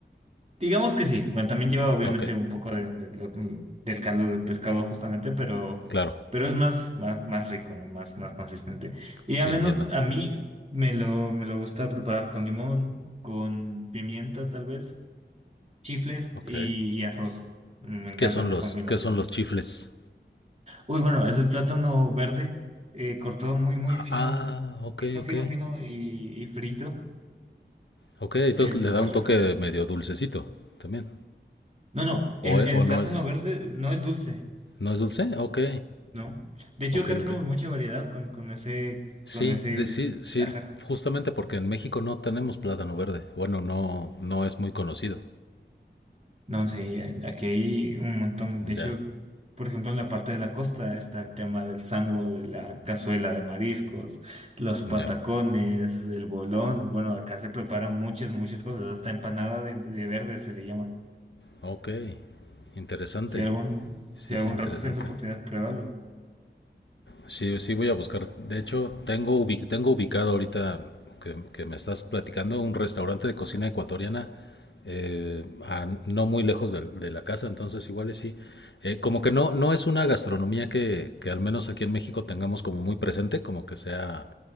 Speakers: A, on the right (about 35°); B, on the left (about 75°).
A: Digamos que sí. Bueno, también lleva obviamente
B: Ah, ok,
A: un poco de- de lo- del caldo del pescado justamente, pero,
B: claro,
A: pero es más, más, más rico, ¿no? Más, más consistente. Y
B: sí
A: al menos
B: entiendo.
A: a mí me lo, me lo gusta preparar con limón, con pimienta tal vez, chifles
B: Ok.
A: y, y arroz. Me encanta
B: ¿Qué son
A: esa
B: los,
A: combinación.
B: qué son los chifles?
A: Uy, bueno, es el plátano verde, eh, cortado muy, muy
B: Ah,
A: fino,
B: ah, ok,
A: fino,
B: ok.
A: fino, fino y, y frito.
B: Ok, entonces
A: Es
B: le
A: súper
B: da un toque
A: rico.
B: medio dulcecito también.
A: No, no,
B: ¿O,
A: el,
B: e-
A: el
B: o no
A: plátano
B: es,
A: verde no es dulce,
B: no es dulce? Ok,
A: No. De hecho,
B: ok,
A: acá tenemos
B: ok.
A: mucha variedad con, con ese,
B: Sí,
A: con ese,
B: de- sí, sí,
A: ajá.
B: justamente porque en México no tenemos plátano verde. Bueno, no, no es muy conocido.
A: No sé, aquí hay un montón. De hecho,
B: Ya,
A: por ejemplo, en la parte de la costa está el tema del sango, de la cazuela de mariscos, los patacones,
B: ya.
A: el bolón. Bueno, acá se preparan muchas, muchas cosas. Hasta empanada de, de verde se le llama.
B: Ok, interesante.
A: Si algún,
B: Sí,
A: si algún
B: sí, interesante.
A: rato tienes oportunidad, pruébalo.
B: Sí, sí voy a buscar. De hecho, tengo, ubi- tengo ubicado ahorita que, que me estás platicando un restaurante de cocina ecuatoriana eh, a no muy lejos de, de la casa, entonces igual y sí. Eh, como que no, no es una gastronomía que, que al menos aquí en México tengamos como muy presente, como que sea